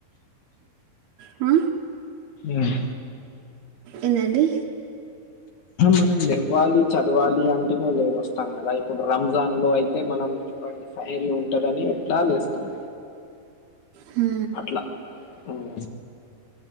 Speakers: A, on the right; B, on the left.
A: ఆ
B: ఉమ్
A: ఏందండి
B: మనం లేవాలి చదవాలి అంటే వస్తాను కదా ఇప్పుడు రంజాన్ లో అయితే మనం చూడండి ధైర్యం ఉంటందని ఎట్లా లేస్తాం
A: హు
B: అట్లా ఉమ్,